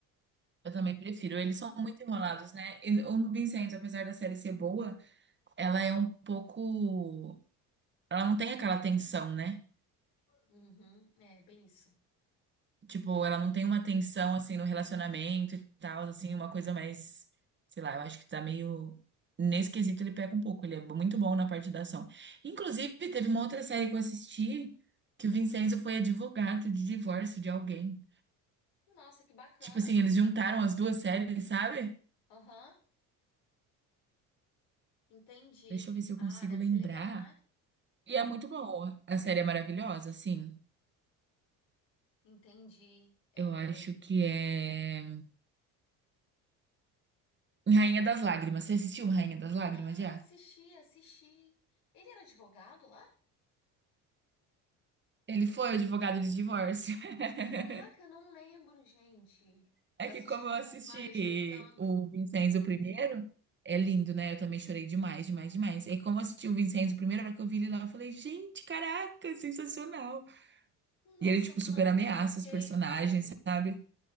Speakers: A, on the right; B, on the left.
A: eu também prefiro. Eles são muito enrolados, né? E o Nubin Santos, apesar da série ser boa, ela é um pouco. Ela não tem aquela tensão, né?
B: Uhum, é bem isso.
A: Tipo,
B: Exatamente.
A: ela não tem uma tensão assim no relacionamento e tal, assim, uma coisa mais, sei lá, eu acho que tá meio nesse quesito ele pega um pouco, ele é muito bom na parte da ação. Inclusive, teve uma outra série que eu assisti que o Vincenzo foi advogado de divórcio de alguém.
B: Nossa, que bacana.
A: Tipo assim, eles juntaram as duas séries, sabe?
B: Aham, entendi.
A: Deixa eu ver se eu
B: Ah,
A: consigo
B: deve
A: lembrar.
B: ser legal, né?
A: E é muito boa. A série é maravilhosa, assim.
B: Entendi. É...
A: Eu acho que é Rainha das Lágrimas. Você assistiu Rainha das Lágrimas
B: Ah,
A: já?
B: assisti, assisti. Ele era advogado lá?
A: Ele foi advogado de divórcio. <laughs>
B: Caraca, eu não lembro, gente.
A: É
B: Eu
A: que
B: assisti
A: como eu
B: tudo,
A: assisti
B: ai, eu chorei tanto.
A: o Vincenzo primeiro, é lindo, né? Eu também chorei demais, demais, demais. E como eu assisti o Vincenzo primeiro, a hora que eu vi ele lá, eu falei, gente, caraca, sensacional.
B: Nossa,
A: E ele, tipo,
B: eu não
A: super ameaça
B: me toquei,
A: os personagens,
B: cara.
A: sabe?